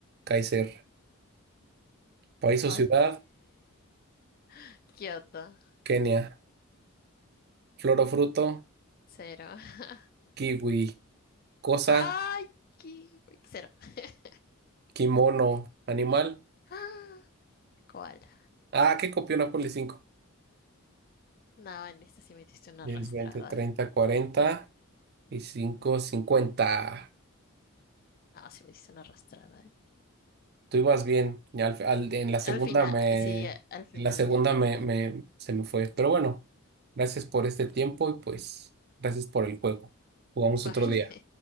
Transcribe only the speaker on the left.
Ok.
<laughs> Kioto.
Cero. <laughs>
¡Ay! qué- Cero. <laughs>
Ah, Koala.
No, en esta sí me diste una arrastrada.
No, sí me diste una arrastrada. eh.
Al final,
sí, a- al final
ya me.
<laughs>
Vale,